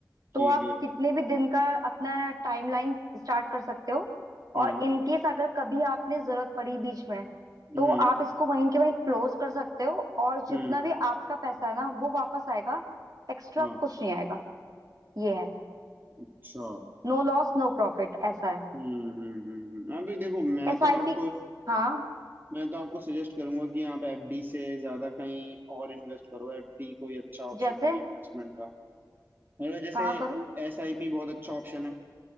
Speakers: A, on the right; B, on the right.
A: ठीक
B: तो आप
A: है
B: कितने भी दिन का अपना टाइमलाइन स्टार्ट कर सकते हो
A: हाँ
B: और इनकेस अगर कभी आपने जरूरत पड़ी बीच में तो
A: हम्म
B: आप इसको वहीं के वहीं क्लोज कर सकते हो और जितना
A: हम्म
B: भी आपका पैसा है ना वो वापस आएगा एक्स्ट्रा
A: हाँ
B: कुछ नहीं आएगा ये है
A: अच्छा
B: नो लॉस नो प्रॉफिट ऐसा है
A: हम्म हम्म हम्म हम्म। हाँ भाई देखो मैं
B: एसआईपी
A: तो आपको
B: हाँ
A: मैं तो आपको सजेस्ट करूंगा कि आप एफडी से ज्यादा कहीं और इन्वेस्ट करो एफडी कोई अच्छा ऑप्शन
B: जैसे
A: नहीं है इन्वेस्टमेंट का मतलब जैसे
B: कहाँ करूँ
A: एसआईपी बहुत अच्छा ऑप्शन है